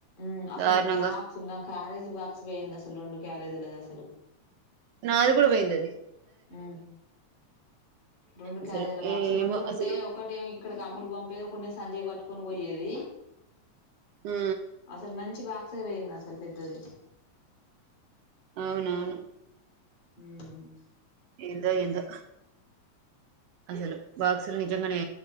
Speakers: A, on the left (about 80°); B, on the right (about 70°).
A: ఉమ్ అసలు
B: దారుణంగా
A: బాక్స్ నా క్యారేజ్ బాక్స్ వోయింద్ అసలు రొండు క్యారేజీలది అస్ సలు
B: నాది కూడ వోయిందది
A: ఉమ్ రొండు
B: అసలు
A: క్యారేజల బాక్స్
B: ఏమో
A: రొండు ఉంటే
B: అసలు
A: ఒకటి ఏమి ఇక్కడికి అమ్మలు పంపేది ఒకటి నేను సంజయ్ కి పట్టుకొని పోయేది.
B: ఆ
A: అసలు మంచి బాక్ సే వోయింద్ అసలు పెద్దది
B: అవునవును
A: హ్మ్
B: ఏందో ఏందో అసలు బాక్సులు నిజంగానే